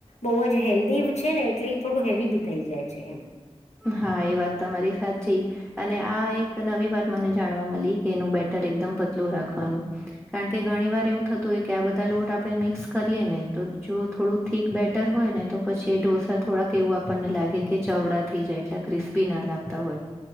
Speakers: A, on the left; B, in the centre.
A: બહુ જ હેલ્થ દીવ છે ને એટલે એ થોડું હેવી બી થઈ જાય છે એમ.
B: હા એ વાત તમારી સાચી. અને આ એક નવી વાત મને જાણવા મળી કે એનું બેટર એકદમ પતલું રાખવાનું. કારણ કે ઘણી વાર એવું થતું હોય કે આ બધા લોટ આપે મિક્સ કરીએ ને તો જો થોડું ઠીક બેટર હોય ને તો પછી એ ઢોસા થોડાક એવું આપણને લાગે કે ચવડા થઈ જાય એટલે ક્રિસ્પી ના લાગતા હોય.